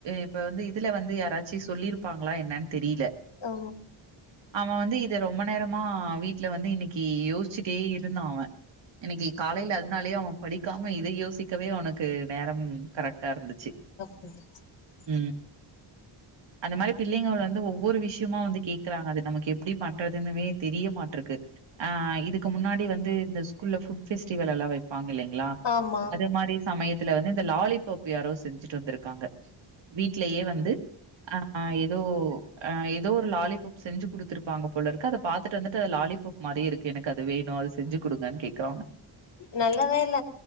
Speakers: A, on the right; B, on the left.
A: இப்ப வந்து இதுல வந்து யாராச்சு சொல்லியிருப்பாங்களா என்னன்னு தெரியல
B: ஆ
A: அவ வந்து இத ரொம்ப நேரமா வீட்டுல வந்து இன்னைக்கு யோசிச்சுட்டே இருந்தா அவ இன்னைக்கு காலையில அதனாலயே அவன் படிக்காம இதை யோசிக்கவே அவனுக்கு நேரம் கரெக்ட் டா இருந்துச்சு
B: <inaudible>
A: ம்
B: <inaudible>
A: அந்த மாரி பிள்ளைங்க வந்து ஒவ்வொரு விஷயமா வந்து கேக்குறாங்க அது நமக்கு எப்படி பண்றதுன்னுமே தெரிய மாட்ருக்கு ஆ இதுக்கு முன்னாடி வந்து இந்த ஸ்கூல்ல புட் பெஸ்டிவல் எல்லாம் வைப்பாங்க இல்லங்க ல
B: ஆமா
A: அத மாரி சமயத்துல வந்து இந்த லாலிபப் யாராது செஞ்சுட் டு வந்திருகாங்க வீட்லயே வந்து ஆ எதோ ஆ எதோ ஒரு லாலிபப் செஞ்சு குடுத்துருப்பாங்க போலருக்கு அதப் பாத்துட்டு வந்துட்டு அது லாலிபப் மாரி இருக்கு எனக்கு அது வேணு அது செஞ்சு குடுங்கன்னு கேக்குறாங்க
B: நல்ல வேல